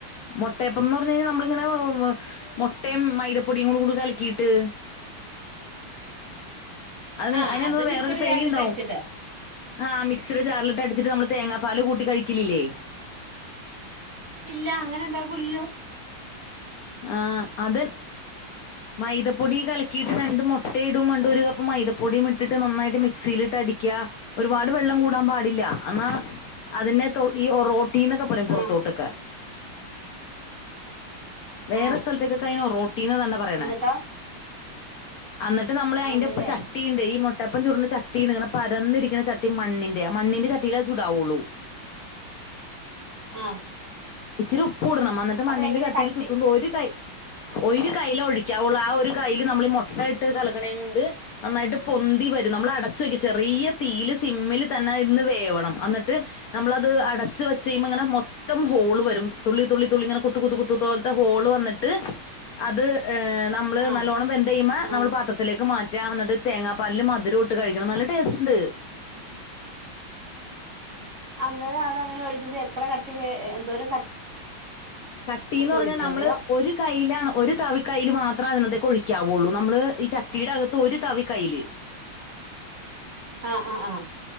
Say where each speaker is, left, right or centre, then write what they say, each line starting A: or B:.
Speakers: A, on the left (about 80°); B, on the right (about 35°).
A: മുട്ടയപ്പം എന്ന് പറഞ്ഞ് കഴിഞ്ഞാൽ നമ്മളിങ്ങനെ മുട്ടയും മൈദപ്പൊടിയും കൂ കൂടി കലക്കിട്ട് അത്
B: ആഹ്
A: അതിനെ എന്ത വേറൊരു
B: മിക്സിയുടെ
A: പേര്
B: ജാറിലിട്ട്
A: ഇണ്ടാവും
B: അടിച്ചിട്ട്.
A: ആ മിക്സിട ജാറിലിട്ട് അടി ച്ചിട്ട് നമ്മള് തേങ്ങാപ്പാല് കൂട്ടി കഴിക്കലില്ലേ
B: ഇല്ല അങ്ങനെ ഇണ്ടാക്കൂലല്ലോ
A: ആഹ് അതെ. മൈദപ്പൊടി കലക്കിയിട്ട് രണ്ട് മുട്ടയിടും പണ്ട് ഒരു കപ്പ് മൈദപ്പൊടിയും ഇട്ടിട്ട് നന്നായിട്ട് മിക്സിയിലിട്ട് അടിക്കുക ഒരുപാട് വെള്ളം കൂടാൻ പാടില്ല എന്നാ അതിനെ തി ഈ ഒറോ ട്ടീന്നൊക്കെ പുറത്തോട്ടൊക്കെ
B: ആഹ്
A: വേറെ
B: ആഹ്
A: സ്ഥലത്തേക്കൊക്കെ അയി നെ ഒറോട്ടി തന്നെ പറയണേ.
B: എന്നിട്ടോ?
A: അന്നിട്ട് നമ്മള്
B: ആഹ്
A: അയിന്റെ
B: അതേല്ലേ.
A: ഇപ്പ ചട്ടിയുണ്ട് ഈ ട്ടപ്പം ചൂടു ചട്ടി പരന്നിരിക്കണ ചട്ടി മണ്ണിന്റെ മണ്ണിന്റെ ചട്ടില് അത് ചൂടാവുള്ളൂ.
B: ആഹ്.
A: ഇച്ചരുപ്പ പ്പ് കൂടണം എന്നിട്ട് മണ്ണിന്റെ
B: അപ്പൊ എങ്ങനെ
A: ചട്ടീല്
B: കട്ടി
A: ചുറ്റുണ്ട് ഒരു കൈ ഒരു കൈൽ ഒഴിക്കാവുള്ളൂ ആ ഒരു കൈല് നമ്മളി മൊട്ടായിട്ട് കലക്കണ കൊണ്ട് നന്നായിട്ട് പൊന്തി വരും നമ്മൾ അടച്ച് വെക്കും ചെറിയ തീല് സിമ്മിൽ തന്നെ ഇന്ന് വേവണം എന്നിട്ട് നമ്മളത് അടച്ച് വെച്ച കഴിയുമ്പോൾ ഇങ്ങനെ മൊത്തം ഹോളും വരും തുള്ളി തുള്ളി തുള്ളി ഇങ്ങനെ കുത്ത് കുത്ത് കുത്ത് പോലത്തെ ഹോൾ വന്നിട്ട് അത് നമ്മള്
B: ആഹ്
A: നല്ലോണം വെന്തെയ്യുമ്പോ നമ്മള്
B: ആഹ്
A: പാത്രത്തിലേക്ക് മാ റ്റ എന്നിട്ട് തേങ്ങാപ്പാലില് മധുരം ഇട്ട് കഴിക്കണം നല്ല ടേസ്റ്റ് ഇണ്ട്.
B: അ അതെ അത് അങ്ങനെ ഒഴിക്കുമ്പോ എത്ര കട്ടി വേ എന്തൊര
A: കട്ടിന്ന് പറഞ്ഞാൽ
B: ഒഴിക്കോ?
A: നമ്മള്
B: അതെയോ
A: ഒരു കൈയിലാണ് ഒരു തവിക്കൈയില് മാ അത്ര അതിനത്തേക്ക ഒഴിക്കാവുള്ളൂ നമ്മള് ഈ ചട്ടിയുടെ അകത്ത് ഒരു തവി കൈയില്
B: ആഹ് ആഹ് ആഹ്